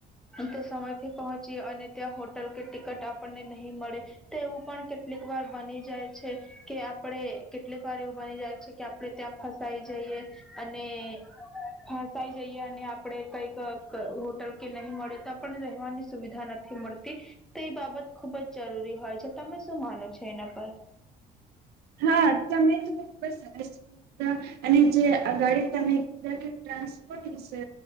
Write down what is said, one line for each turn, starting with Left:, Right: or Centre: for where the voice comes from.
Centre: તો સમય થી પહોંચીએ અને ત્યાં હોટલ કે ટિકટ આપણને નહી મળે તો એવું પણ કેટલીક વાર બની જાય છે. કે આપણે કેટલીક વાર એવું બની જાય છે કે આપણે ત્યાં ફસાઈ જઈએ અને ફસાઈ જઈએ અને આપણે કઈક હોટલ કે નહી મળે તો પણ રહેવાની સુવિધા નથી મળતી. તે એ બાબત ખુબ જ જરૂરી હોય છે તમે શું માનો છો એના પર?
Right: હા તમે તો ખબ સરસ કીધા અને જે અ ગાડી તમે કીધા કે ટ્રાન્સપોર્ટ વિશે.